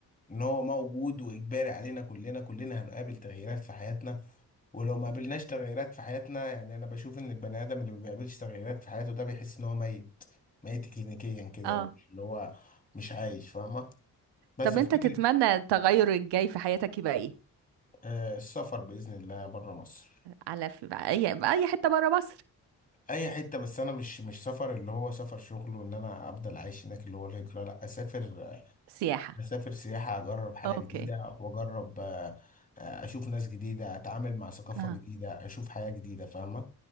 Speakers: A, on the left; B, on the right.
A: ان هو موجود واجباري علينا كلنا كلنا هنقابل تغييرات في حياتنا ولو ما قابلناش تغييرات في حياتنا يعني انا بشوف ان البني ادم اللي ما بيقابلش تغييرات في حياته ده بيحس ان هو ميت ميت كلينيكيا كده
B: اه
A: يعني مش اللي هو مش عايش فاهمه بس
B: طب
A: في
B: انت
A: فكره
B: تتمنى التغير الجاي في حياتك يبقى ايه
A: آه، السفر باذن الله بره مصر
B: على في بقى اي بقى اي حته بره مصر
A: اي حته بس انا مش مش سفر اللي هو سفر شغل وان انا افضل عايش هناك اللي هو الهجره لا اسافر
B: سياحه
A: اسافر سياحه اجرب حاجه
B: اوكي
A: جديده واجرب آه، آه، اشوف ناس جديده اتعامل مع ثقافه
B: اه
A: جديده اشوف حياه جديده فاهمه